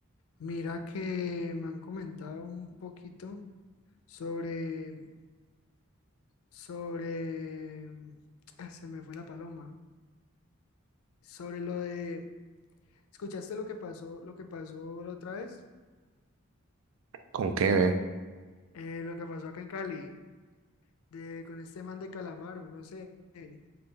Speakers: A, on the left; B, on the right.
A: mira que me han comentado un poquito sobre, sobre, ah, se me fue la paloma, sobre lo de, ¿escuchaste lo que pasó, lo que pasó la otra vez?
B: ¿Con qué? ve?
A: Eh, lo que pasó acá en Cali, de, con este man de Calamaro, no sé, este